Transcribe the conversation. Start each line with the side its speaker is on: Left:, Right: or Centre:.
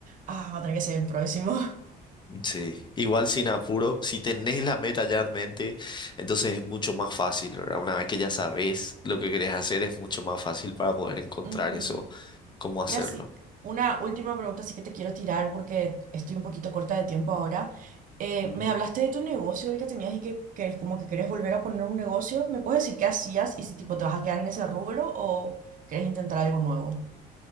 Right: ah, va a tener que ser el próximo.
Left: Sí, igual sin apuro, si tenés la meta ya en mente, entonces es mucho más fácil, ¿verdad? Una vez que ya sabes lo que querés hacer, es mucho más fácil para poder
Right: <laughs>
Left: encontrar
Right: Ujú.
Left: eso, cómo hacerlo.
Right: Y así, una última pregunta, así que te quiero tirar porque estoy un poquito corta de tiempo ahora. Eh,
Left: Mm.
Right: me hablaste de tu negocio, el que tenías y que, que como que querés volver a poner un negocio. ¿Me puedes decir qué hacías y si tipo te vas a quedar en ese rubro o querés intentar algo nuevo?